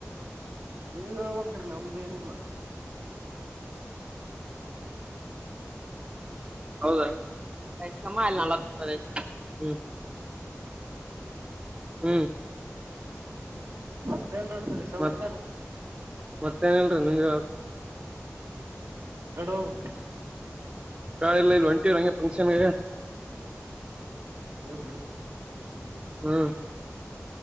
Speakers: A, on the right; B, on the right.
A: ನೀವಬೇಕತರಿ ನಮ್ದ ಏನಿಲ್ಲ
B: ಹೌದ ಕಷಮ ಅಲ್ಲಿ
A: ಹಾ
B: ನಲ್ವತ್
A: ರೀ
B: ರೂಪಾಯ ದ ಹ್ಮ್ ಹ್ಮ್
A: ಮತ್ತೆನ್ ನೋಡತ್ರೀ ಸಮಾಚಾರ
B: ಮತ್ ಮತ್ತೇನಿಲ್ರಿ ನಿಮ್ಗೆ
A: ಎಡೋ ಮುು
B: ಕಾಯ ಇಲ್ಲ ಇಲ್ಲಿ ಒಂಟಿರಂ ಫಂಕ್ಷನ್
A: ಹ್ಮ ಹ್ಮ
B: ಹ್ಮ್